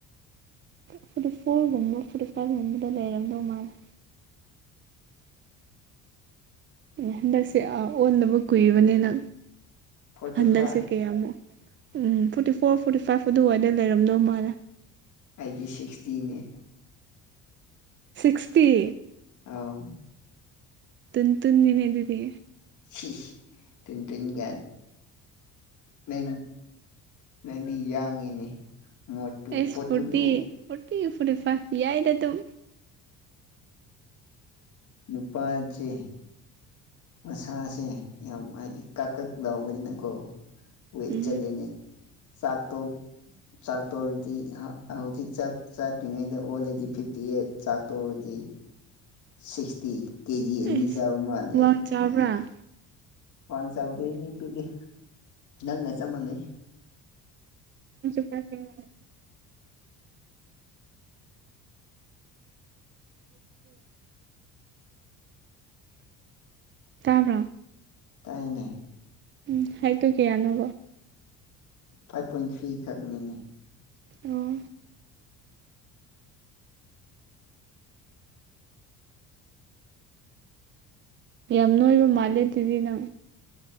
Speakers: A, on the right; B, on the left.
A: ꯐꯣꯔꯇꯤ ꯐꯣꯔꯒꯨꯝꯕ ꯐꯣꯔꯇꯤ ꯐꯥꯏꯚꯒꯨꯝꯕꯗ ꯂꯩꯔꯝꯗꯧ ꯃꯥꯜꯂꯦ ꯍꯟꯗꯛꯁꯦ ꯑ ꯑꯣꯟꯗꯕ ꯀꯨꯏꯕꯅꯤꯅ
B: ꯐꯣꯔꯇꯤ
A: ꯍꯟꯗꯛꯁꯦ
B: ꯐꯥꯏꯚ
A: ꯀꯌꯥꯃꯨꯛ ꯎꯝ ꯐꯣꯔꯇꯤ ꯐꯣꯔ ꯐꯣꯔꯇꯤ ꯐꯥꯏꯚ ꯑꯗꯨꯋꯥꯏꯗ ꯂꯩꯔꯝꯗꯧ ꯃꯥꯜꯂꯦ
B: ꯑꯩꯗꯤ ꯁꯤꯛꯁꯇꯤꯅꯤ
A: ꯁꯤꯛꯁꯇꯤ
B: ꯑꯥꯎ
A: ꯇꯟꯇꯨꯟ ꯅꯤꯅꯦꯗꯨꯗꯤ
B: ꯁꯤꯁ ꯇꯨꯨꯟꯇꯨꯟꯒꯥꯅ ꯅꯪ ꯅꯪꯗꯤ ꯌꯥꯡꯉꯤꯅꯦ ꯃꯣꯠꯇꯨ
A: ꯑꯩꯁ
B: ꯄꯣꯠꯇꯨꯂꯨ
A: ꯐꯣꯔꯇꯤ ꯐꯣꯔꯇꯤ ꯐꯣꯔꯇꯤꯐꯥꯏꯚꯇꯤ ꯌꯥꯏꯗ ꯑꯗꯨꯝ
B: ꯅꯨꯄꯥ ꯆꯦ ꯃꯁꯥꯁꯦ ꯌꯥꯝ ꯍꯥꯏꯗꯤ ꯀꯛ ꯀꯛ ꯂꯎꯕꯅꯤꯅꯀꯣ ꯋꯦꯠ
A: ꯎꯝ
B: ꯆꯠꯂꯦꯅꯦ ꯆꯥꯛꯇꯣ ꯆꯥꯛ ꯇꯣꯛꯑꯗꯤ ꯍꯧꯖꯤꯛ ꯆꯥꯛ ꯆꯥꯛꯇ꯭ꯔꯤꯉꯩꯗ ꯑꯣꯜꯂꯗꯤ ꯐꯤꯞꯇꯤ ꯑꯩꯠ ꯆꯥꯛꯇꯣꯛꯑꯗꯤ ꯁꯤꯛꯁꯇꯤ ꯀꯦꯖꯤ ꯑꯅꯤ
A: ꯑꯩꯁ
B: ꯆꯥꯕ ꯃꯥꯜꯂꯦ
A: ꯋꯥꯡ ꯆꯥꯕ꯭ꯔꯥ
B: ꯋꯥꯡ ꯆꯥꯎꯗꯦ ꯃꯤ ꯄꯤꯛꯏ ꯅꯪꯒ ꯆꯞ ꯃꯥꯟꯅꯩ
A: <inaudible> <inaudible> ꯇꯥꯕ꯭ꯔꯣ
B: ꯇꯥꯏꯅꯦ
A: ꯎꯝ ꯍꯥꯏꯠꯇꯨ ꯀꯌꯥꯅꯣꯕ
B: ꯐꯥꯏꯚ ꯄꯣꯏꯟ ꯊ꯭ꯔꯤ ꯈꯛꯅꯤꯅꯦ
A: ꯑꯣ ꯌꯥꯝ ꯅꯣꯏꯕ ꯃꯥꯜꯂꯦ ꯑꯗꯨꯗꯤ ꯅꯪ